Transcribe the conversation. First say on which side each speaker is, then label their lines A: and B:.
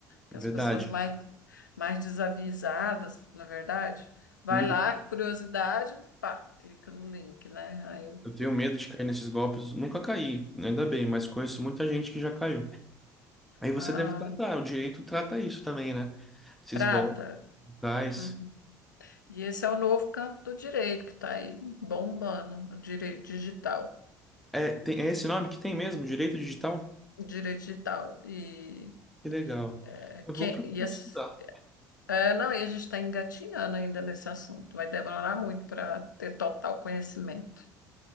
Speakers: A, on the left; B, in the centre.
A: Que
B: verdade.
A: as pessoas mais, mais desavisadas, na verdade, vai
B: Hum,
A: lá, curiosidade, pá, clica no link, né? Aí,
B: Eu tenho medo de cair nesses golpes. Nunca caí, ainda bem, mas conheço muita gente que já caiu. Aí você
A: ah,
B: deve tratar, o direito trata isso também, né? Esses
A: trata.
B: golpes digitais.
A: Uhum. E esse é o novo campo do direito que está aí bombando, o direito digital.
B: É, tem, é esse nome que tem mesmo, direito digital?
A: direito digital. E,
B: Que legal.
A: é,
B: Eu
A: quem,
B: vou procurar
A: e as-
B: estudar.
A: é, não, e a gente está engatinhando ainda nesse assunto. Vai demorar muito para ter total conhecimento.